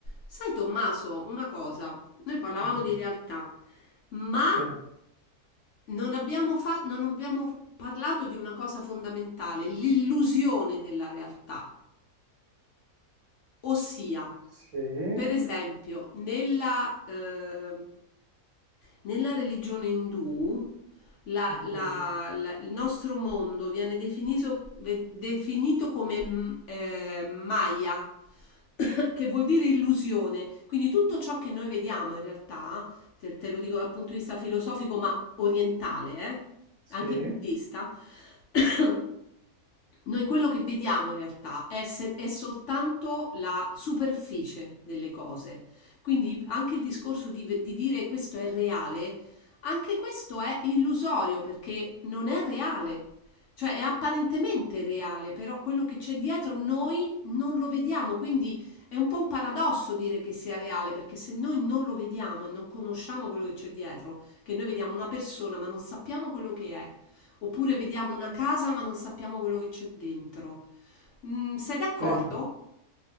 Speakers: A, on the left; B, on the right.
A: Sai, Tommaso, una cosa, noi parlavamo
B: Mh,
A: di realtà, ma
B: sì,
A: non abbiamo, fa- non abbiamo parlato di una cosa fondamentale, l'illusione della realtà. Ossia,
B: sì,
A: per esempio, nella, eh, nella religione indù, la-
B: okay,
A: la- la- il nostro mondo viene definito, ve- definito come mm, eh, Maya, <coughs> che vuol dire illusione. Quindi tutto ciò che noi vediamo in realtà, te, te lo dico dal punto di vista filosofico, ma orientale, eh,
B: sì,
A: anche buddista, <coughs> Noi quello che vediamo in realtà è, se- è soltanto la superficie delle cose. Quindi anche il discorso di, ve- di dire questo è reale, anche questo è illusorio perché non è reale. Cioè è apparentemente reale, però quello che c'è dietro noi non lo vediamo, quindi è un po' un paradosso dire che sia reale, perché se noi non lo vediamo e non conosciamo quello che c'è dietro, che noi vediamo una persona ma non sappiamo quello che è, Oppure vediamo una casa ma non sappiamo quello che c'è dentro. Mm, sei d'accordo?
B: sì.